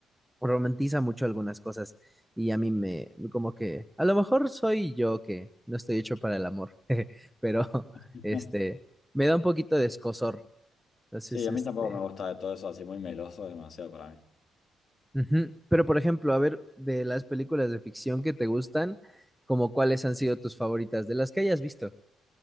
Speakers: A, in the centre; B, on the left.
A: romantiza mucho algunas cosas y a mí me, como que, a lo mejor soy yo que no estoy hecho para el amor, <laughs> pero
B: <laughs>
A: este, me da un poquito de escozor. Entonces,
B: Sí, a
A: este,
B: mí tampoco me gusta de todo eso así muy meloso, es demasiado para mí.
A: ujú. Pero por ejemplo, a ver, de las películas de ficción que te gustan, como cuáles han sido tus favoritas, de las que hayas visto.